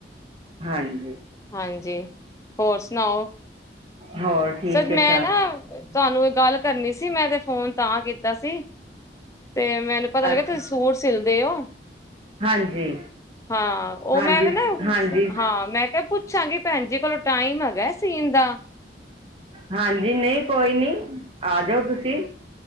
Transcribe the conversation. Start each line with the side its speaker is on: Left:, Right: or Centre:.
Right: ਹਾਂਜੀ।
Left: ਹਾਂਜੀ, ਹੋਰ ਸੁਣਾਓ?
Right: ਹੋਰ ਠੀਕ
Left: ਸਰ ਮੈਂ
Right: ਐ ਸਭ।
Left: ਨਾ ਤੁਹਾਨੂੰ ਇਹ ਗੱਲ ਕਰਨੀ ਸੀ ਮੈਂ ਤੇ ਫੋਨ ਤਾਂ ਕੀਤਾ ਸੀ ਤੇ ਮੈਂ ਪਤਾ ਲੱਗਿਆ
Right: ਅੱਛਾ
Left: ਤੁਸੀਂ ਸੂਟ ਸਿਲਦੇ ਓ।
Right: ਹਾਂਜੀ
Left: ਹਾਂ ਉਹ
Right: ਹਾਂਜੀ
Left: ਮੈਂ ਨਾ
Right: ਹਾਂਜੀ
Left: ਹਾਂ ਮੈਂ ਕਿਹਾ ਪੁੱ ਪੁੱਛਾਂਗੀ ਭੈਣ ਜੀ ਕੋਲੋਂ ਟਾਈਮ ਹੈਗਾ ਸੀਨ ਦਾ।
Right: ਹਾਂਜੀ ਨਹੀਂ ਕੋਈ ਨੀ ਆਜੋ ਤੁਸੀਂ।